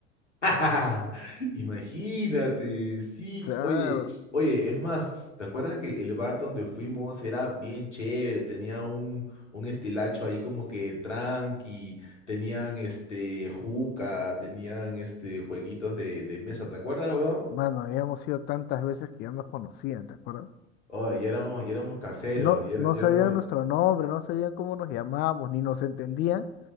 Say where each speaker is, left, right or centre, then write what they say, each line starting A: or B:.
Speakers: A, on the left; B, on the left.
A: <laughs> Imagínate, sí.
B: Claro.
A: Oye, oye, es más, ¿te acuerdas que el bar donde fuimos era bien chévere? Tenía un, un estilacho ahí como que tranqui, tenían este juca, tenían este jueguitos de, de mesa, ¿te acuerdas, weón?
B: Mano, habíamos ido tantas veces que ya nos conocían, ¿te acuerdas?
A: Oye, ya éramos, ya éramos caseros,
B: No,
A: ya, era-
B: no
A: ya
B: sabían
A: éramos.
B: nuestro nombre, no sabían cómo nos llamábamos, ni nos entendían,